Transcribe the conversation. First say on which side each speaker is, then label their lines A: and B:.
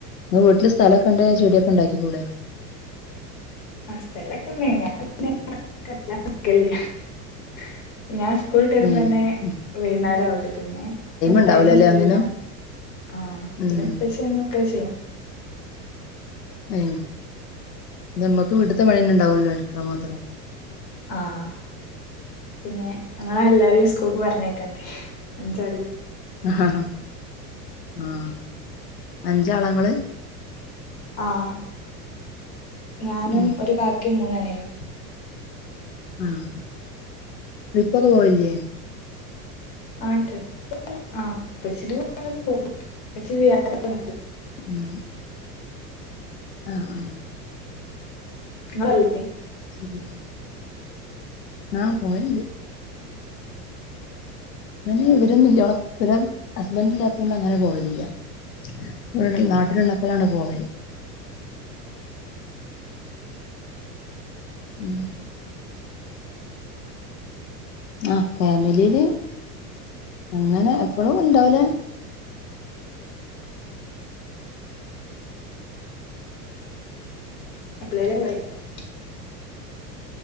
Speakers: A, on the left; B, on the left.
A: ഉം വീട്ടിൽ സ്ഥലണ്ട് ചെടിയൊക്കെ ഉണ്ടാക്കി കൂടെ?
B: ആ സ്ഥലൊക്കെണ്ട ഞാൻ പിന്നെ വല്ലാതെ നിക്കലില്ല സ്കൂൾ വിട്ട് വരുമ്പോ
A: ഏഹ്
B: തന്നെ വൈുന്നാരാവൂല്ലേ പിന്നെ
A: ഉണ്ടാവൂലല്ലേ
B: ടൈം കിട്ടലില്ല
A: ഒന്നിനും
B: ആഹ പിന്നെ
A: ഉം
B: ഇപ്പച്ചി ന്നെ ഒക്കെ ചെയ്യും
A: ഉം നമ്മക്ക് വീട്ടത്തെ പണിന്നെ ഇണ്ടാവല്ലോ എടുക്കാ മാത്രം
B: ആഹ് പിന്നെ ഞങ്ങാളെല്ലാരെയും സ്കൂൾക്ക് പറഞ്ഞേക്കണ്ടേ അഞ്ചാളില്ലേ
A: ആഹാ ആഹ് അഞ്ചാളാങ്ങള്
B: ആഹ് ഞാനും
A: ഉം
B: ഒരു കാക്കയും മൂന്നനിയനും
A: ആഹ ട്രിപ്പൊക്കെ പോകാലില്ലേ
B: ആ ട്രിപ്പ് ആ പ്പച്ചിന്റെ കൂടെ പോകും പ്പച്ചി സിയാറ
A: ഉം ആ ആ
B: ങ്ങളല്ലേ
A: ശരി ആ പോയൽണ്ട് ങ്ങനെ ഇവരൊന്നും ഓളെ വരെ ഹസ്ബൻ ഇല്ലാത്തൊണ്ട് അങ്ങനെ പോയലില്ല <unintelligible> നാട്ടിലുള്ളപ്പളാണ് പോവല് ഉം ആ ഫാമിലിയില് അങ്ങനെ എപ്പഴും ണ്ടാവൂല
B: എപ്പ്ളേലും <unintelligible>